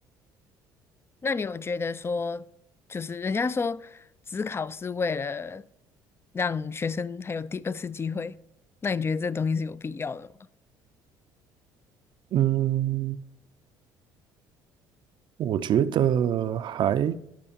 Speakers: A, on the left; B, on the right.
A: 那你有觉得说，就是人家说只考是为了让学生还有第二次机会，那你觉得这东西是有必要的吗？
B: 嗯，我觉得还